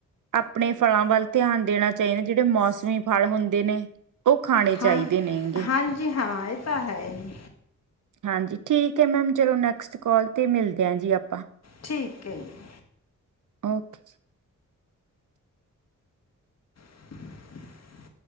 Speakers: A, on the right; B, on the left.
A: ਆਪਣੇ ਫਲਾਂ ਵੱਲ ਧਿਆਨ ਦੇਣਾ ਚਾਹੀਦਾ ਜਿਹੜੇ ਮੌਸਮੀ ਫਲ ਹੁੰਦੇ ਨੇ ਉਹ ਖਾਣੇ ਚਾਹੀਦੇ
B: ਹਾਂ
A: ਨੇਗੇ
B: ਹਾਂਜੀ ਹਾਂ ਇਹ ਤਾਂ ਹੈ ਹੀ
A: ਹਾਂਜੀ ਠੀਕ ਹੈ ਮੈਮ ਚਲੋ ਨੈਕਸਟ ਕੋਾਲ 'ਤੇ ਮਿਲਦੇ ਹਾਂ ਜੀ ਆਪਾਂ
B: ਠੀਕ ਹੈ ਜੀ
A: ਓਕੇ ਜੀ
B: <inaudible>